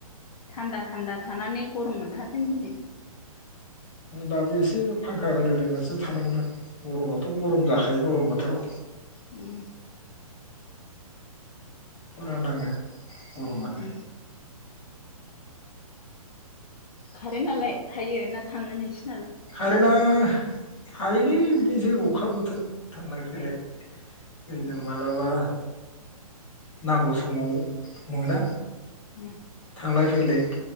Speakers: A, on the left; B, on the left.
A: थान्दा थान्दा थानानै गरम मोनथारदों दिनै
B: दाबो एसे फांखा होलायलायनासो थानांदां। गरमाथ गरम जाखायो गरमबोथ थोराव।
A: होम।
B: फुरा नाङो गरमानो।
A: उम खारेन नालाय थायो ना थांनो नोंसि
B: खारेना थायोलै बिदिनोसै अखा बोथोर। थांलाय फैलाय
A: ए ए
B: मालाबा नांगौ समाव मोना।
A: उम ।
B: थांलाय फैलाय।